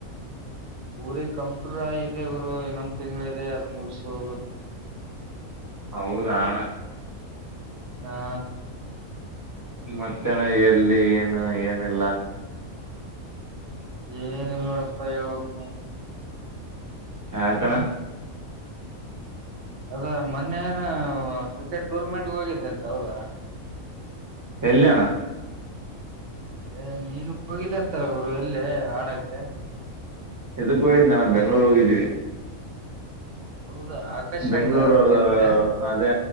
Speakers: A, on the right; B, on the right.
A: ಊರಿಗೆ ಕಂಪ್ರೂವ್ ಆಯಿದೆ ಗುರು ಇನ್ನೊಂದ ತಿಂಗಳದೆ ಅದ ಮುಗಸ ಹೋಗಕ್
B: ಹೌದಣ
A: ಹಾ
B: ಮತ್ತೆ ಅಣ್ಣ ಎಲ್ಲಿ ಏನು ಏನಿಲ್ಲ
A: ಏನ ಇಲ್ಲಾಡಪ್ಪ ಹೇಳ್ಬೇಕ್ ನೀನು
B: ಹಾಕಣ
A: ಅದ ಮೊನ್ನೆ ಏನ ಕ್ರಿಕೆಟ್ ಟೂರ್ನಮೆಂಟ್ ಹೋಗಿದ್ದೆ ಅಂತ ಹೌದಾ
B: ಎಲ್ಲಣ
A: ಏ ನೀನು ಹೋಗಿದ್ದ ಅಂತಲ್ಲ ಗುರು ಎಲ್ಲೇ ಆಡಕ್ಕೆ
B: ಇದಕ್ಕ ಹಯ್ದ್ ನಾನ ಬೆಂಗ್ಳೂರ್ ಹೋಗಿದ್ದೀವಿ
A: ಹೌದಾ ಆಕಾಶ್
B: ಬೆಂಗ್ಗಳೂರು
A: ಅಂದ ಅದಕ್ಕೆ
B: ಅಲ್ಲಿ
A: ಅಂದೆ
B: ಅದೇ